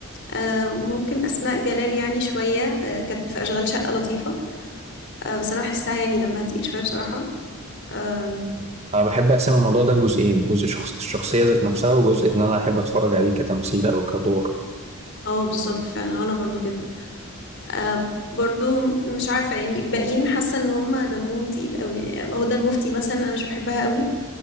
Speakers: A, on the left; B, on the right.
A: آه، ممكن اسماء جلال يعني شويه آه، كانت في اشغال شقه لطيفه آه بس انا بحسها يعني دمها تقيل شويه بصراحه آم،
B: أنا بحب أقسم الموضوع ده لجزئين جزء شخص الشخصية ذات نفسها وجزء إن أنا أحب أتفرج عليه كتمثيل أو كدور
A: اه بالظبط فعلا انا برضو كده آه برضو مش عارفه يعني الباقيين حاسه ان هم دمهم تقيل قوي يعني هدى المفتي مثلا انا مش بحبها قوي